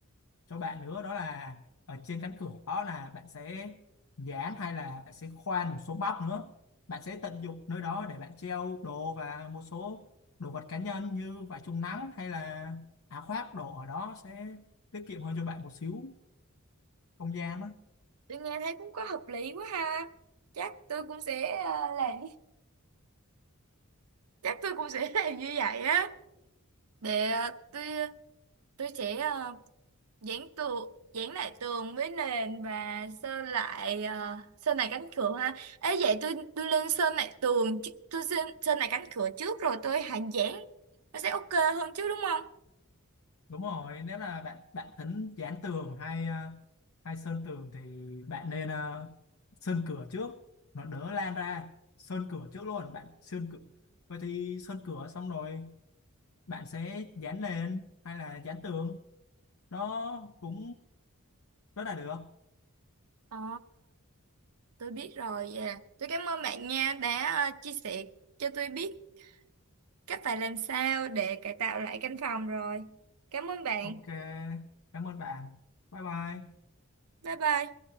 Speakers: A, on the left; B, on the right.
A: cho bạn nữa đó là ở trên cánh cửa đó là bạn sẽ dán hay là bạn sẽ khoan một số móc nữa bạn sẽ tận dụng nơi đó để bạn treo đồ và một số đồ vật cá nhân như vải chống nắng hay là áo khoác đồ ở đó sẽ tiết kiệm hơn cho bạn một xíu không gian đó.
B: Tôi nghe thấy cũng có hợp lý quá ha Chắc tôi cũng sẽ à, làm Chắc tôi cũng sẽ <laughs> làm như vậy á để à, tôi tôi sẽ ờ, dán tường dán lại tường với nền và sơn lại ờ, sơn lại cánh cửa ha ấy vậy tôi tôi lên sơn lại tường chứ- tôi sơn sơn lại cánh cửa trước rồi tôi hạ dán nó sẽ ok hơn chứ đúng không
A: đúng rồi nếu là bạn bạn tính dán tường hay ờ, hay sơn tường thì bạn nên ờ, sơn cửa trước nó đỡ lan ra sơn cửa trước luôn bạn sơn cửa vậy thì sơn cửa xong rồi bạn sẽ dán lên hay là dán tường nó cũng rất là được
B: Ờ, tôi biết rồi. Dạ. Tôi cảm ơn bạn nha đã ờ, chia sẻ cho tôi biết cách phải làm sao để cải tạo lại căn phòng rồi. Cảm ơn bạn.
A: ok cảm ơn bạn bye bye
B: Bye bye.